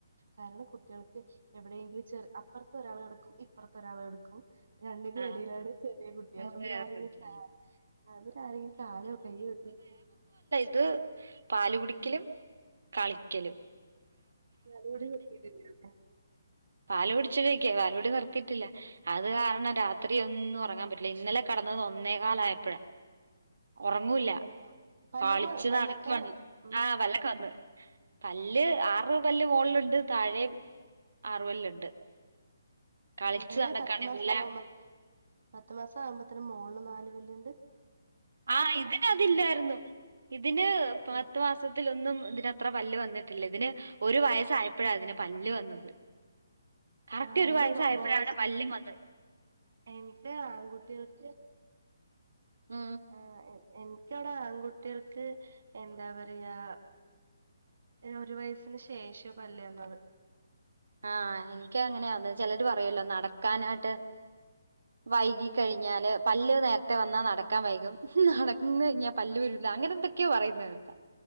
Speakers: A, on the right; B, on the right.
A: കാരണം കുട്ടികൾക്ക് എവിടെയെങ്കിലും ചെറ അപ്പുറത്ത ഒരാൾക്കി ഇപ്പറത്തെ ഒരാൾ കെ ടക്കും രണ്ടിന്റെ
B: ആഹ്
A: ഇടയിലാണ് ചെറിയ കുട്ടി
B: മൂന്ന്
A: അപ്പൊ ഇവര്
B: പേരുണ്ട്
A: ആരെങ്കിലും അവര് ആരെങ്കിലും കാലോ കയ വെക്കും.
B: അത് പാല് കുടിക്കലും കളിക്കലും.
A: <unintelligible>
B: <unintelligible> പാലോടി നിർത്തിട്ടില്ല അത് കാരണം രാത്രി ഒന്നും ഉറങ്ങാൻ പറ്റില്ല ഇന്നലെ കട <unintelligible> ഒന്നേ കാലയപ്പഴ. ഉറങ്ങൂല്ല
A: അതെയോ പല്ലൊക്കെ
B: കളിച്ചു
A: പല്ലൊക്കെ
B: നടടക്ക
A: ഉം
B: ആഹ് പല്ലൊക്കെവന്ന്. പല്ല്
A: ഉം
B: ആറ് പല്ല് മുകളിലുണ്ട് താഴെ ആറ പല്ലുണ്ട്. കളിച്ച്
A: ഇടെ
B: നടക്കാണെങ്കില്
A: പത്തു മാസം ആകുമ്പ പത്തു മാസ ആകുമ്പോത്തന് മോളില് നാല് പല്ല്.
B: ആഹ് ഇതിനതില്ലായിരുന്നു ഇതിന് പത്ത്
A: ഉം
B: മാസത്തിലൊന്നും അത്ര പല്ല് വന്നിട്ടില്ല ഇതിന് ഒരു വയസായപ്പഴാ അതിന് പല്ല് വന്നത്. കററ്റ്
A: ആഹ്
B: ഒരു
A: എന്റെ
B: വയസ്സായപ്പോഴ
A: ബോ ബോയ്സ്
B: അവിടെ പല്ലും വന്നത്.
A: എനിക്ക് ആൺകുട്ടികൾക്ക്.
B: മ്
A: ആഹ് എനിക്കവിടെ ആൺകുട്ടികൾക്ക് എന്താ പറയാ ഒരു വയസിന് ശേഷം പല്വന്നത്.
B: ആഹ എനിക്ക് അങ്ങനെയന്ന് ചിലര് പറയല്ലോ നടക്കാനായിട്ട്. വൈകികഴിഞ്ഞാല് പല്ല് നേരത്തെ വന്നാൽ നടക്കാൻ വൈകും നടക്കന്ന് കഴിഞ്ഞാൽ പല്ല് ല്ല അങ്ങനെ ന്തൊക്കെയോ പറയുന്നത് കേക്കാ.